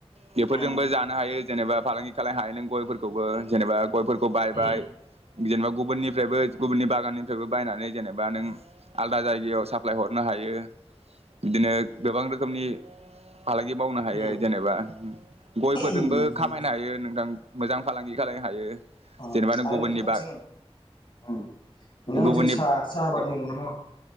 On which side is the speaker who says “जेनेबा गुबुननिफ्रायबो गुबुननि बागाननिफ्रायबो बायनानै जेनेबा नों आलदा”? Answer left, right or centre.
Right